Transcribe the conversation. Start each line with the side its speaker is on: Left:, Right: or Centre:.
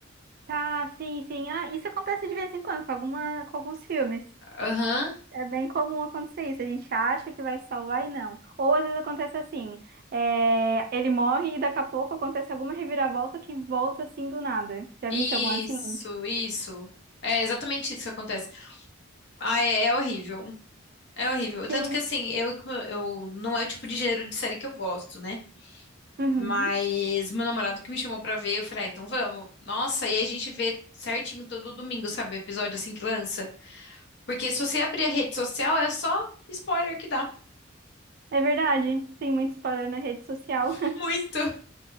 Right: Tá, sim, sim. Ah, isso acontece de vez em quando com alguma, com alguns filmes.
Left: Aham.
Right: É bem comum acontecer isso. A gente acha que vai salvar e não. Ou às vezes acontece assim, é, ele morre e daqui a pouco acontece alguma reviravolta que volta assim do nada. Já
Left: Isso,
Right: visse algum assim?
Left: isso. É exatamente isso que acontece. Ah, é é horrível. É horrível. Tanto
Right: Sim.
Left: que assim, eu, eu não é o tipo de gênero de série que eu gosto, né?
Right: Uhum.
Left: Mas meu namorado que me chamou pra ver, eu falei, ah, então vamos. Nossa, e aí a gente vê certinho todo domingo, sabe? O episódio assim que lança. Porque se você abrir a rede social, é só spoiler que dá.
Right: É verdade. Tem muito spoiler na rede social.
Left: <laughs> Muito.